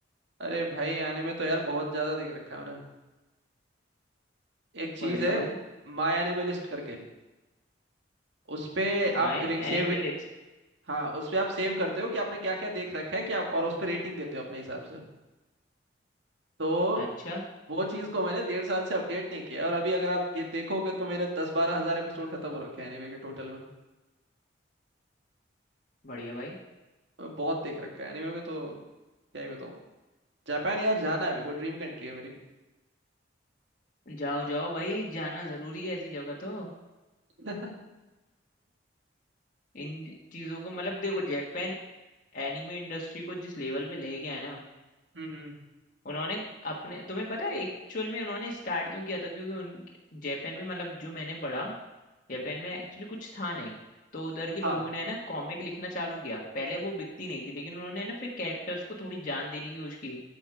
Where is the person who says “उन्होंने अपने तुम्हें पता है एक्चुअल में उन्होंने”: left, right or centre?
Left